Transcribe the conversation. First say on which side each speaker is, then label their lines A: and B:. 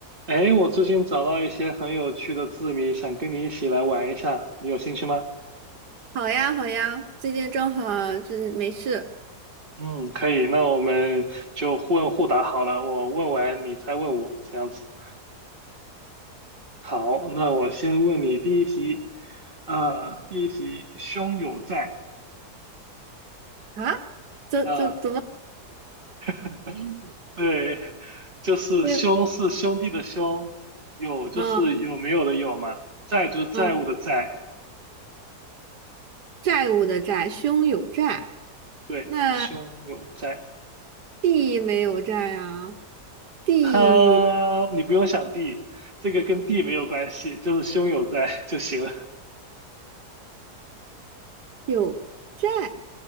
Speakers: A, on the right; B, on the right.
A: 哎，我最近找到一些很有趣的字谜，想跟你一起来玩一下，你有兴趣吗？
B: 好呀，好呀，最近正好就是没事
A: 嗯，可以，那我们就互问互答好了，我问完你再问我，这样子。好，那我先问你第一题，啊、第一题，兄有债，
B: 啊，怎怎怎么
A: 啊 <laughs>、对，就是兄是兄弟的兄，
B: 会？
A: 有就是有没有的有嘛，
B: 嗯
A: 债就是债务的债，
B: 嗯，债务的债，兄有债，
A: 对，
B: 那
A: 兄有债。
B: 弟没有债啊，弟
A: 哈，你不用想地，这个跟地没有关系，就是胸有在就行了。
B: 有债，